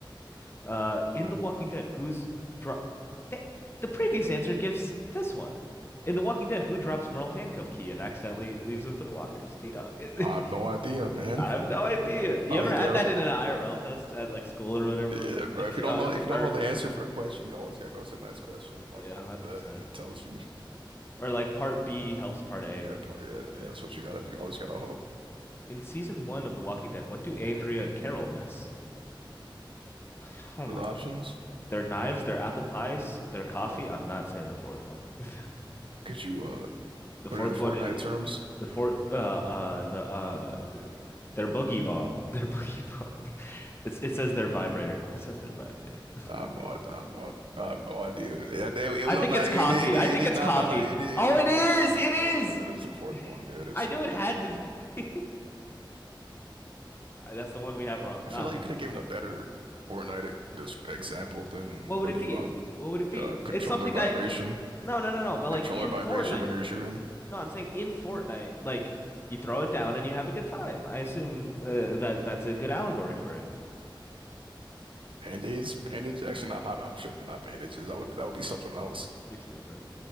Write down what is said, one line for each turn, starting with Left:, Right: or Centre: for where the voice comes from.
Left: did. Uh, in The Walking Dead, who's dro- the the previous answer gives this one. In The Walking Dead, who drops Merle handcuff key and accidentally leaves him for the walkers? T-Dog.
Right: I have no idea,
Left: <laughs>
Right: man.
Left: I have no idea. You
Right: Probably
Left: ever had
Right: Daryl.
Left: that in an IRL test at like school or whatever?
Right: Yeah, bro.
Left: <laughs>
Right: If
Left: Yeah,
Right: you don't know,
Left: it was
Right: if
Left: perfect.
Right: you don't know the answer for a question, you always gotta go to the next question and
Left: Yeah,
Right: like hope
Left: 100%.
Right: that it tells you.
Left: Or like part B helps part A.
Right: Yeah, part. Yeah,
Left: It's
Right: yeah.
Left: very-
Right: That's what you gotta do. You always gotta hope.
Left: In season one of The Walking Dead, what do Andrea and Carol miss? <sighs> Oh
Right: What
Left: my
Right: are the options?
Left: God. Their knives, their apple pies, their coffee. I'm not saying the fourth one. <laughs>
Right: Could you uh
Left: The
Right: put
Left: fourth
Right: it in Fortnite
Left: one is
Right: terms?
Left: the fourth uh uh the uh their boogie bomb. <laughs> Their boogie bomb. It's it says their vibrator. It says their vibrator.
Right: I have no, I I have no, I have no idea. Yeah, they,
Left: <laughs>
Right: it,
Left: I
Right: was
Left: think
Right: on that-
Left: it's coffee.
Right: it, it, it, it,
Left: I think
Right: it,
Left: it's
Right: no,
Left: coffee.
Right: no, no, it, is- it
Left: Oh,
Right: is
Left: it
Right: the
Left: is.
Right: fourth one. It is
Left: It
Right: the
Left: is.
Right: fourth one. It is the fourth
Left: <laughs>
Right: one. Yeah, it is.
Left: I
Right: The
Left: knew it had to be. <laughs> That's the one we have wrong.
Right: I
Left: Uh
Right: feel like you could have given a better Fortnite e- just example than
Left: What
Right: Boogie
Left: would it be?
Right: Bomb.
Left: What would it be?
Right: Uh, controller
Left: It's something
Right: vibration,
Left: that no, no, no, no. But like
Right: controller
Left: in
Right: vibration
Left: Fortnite,
Right: when you're shooting.
Left: no, I'm saying in Fortnite, like you throw it down and you have a good time. I assume uh, that that's a good allegory for it.
Right: Band-aids, band Actually, not not. I'm tripping. Not bandages. That would that would be something else.
Left: You're stupid.